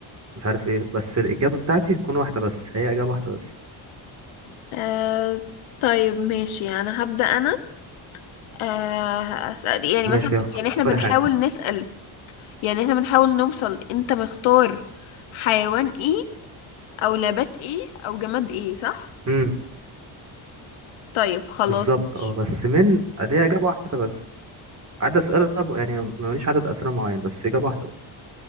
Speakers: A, on the right; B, on the left.
A: مش عارف ايه بس الإجابة بتاعتي تكون واحدة بس هي إجابة واحدة بس
B: آه... طيب ماشي يعني هبدأ أنا آه... أسأل يعني
A: ماشي
B: مثلا
A: اخ-
B: يعني
A: اختاري
B: احنا بنحاول
A: حاجة
B: نسأل يعني احنا بنحاول نوصل انت مختار حيوان ايه أو نبات ايه أو جماد ايه صح؟
A: امم
B: طيب خلاص
A: بالظبط
B: ماشي
A: اه بس من ليها إجابة واحدة بس عدد أسئلة ب- يعني ماليش عدد أسئلة معين بس إجابة واحدة بس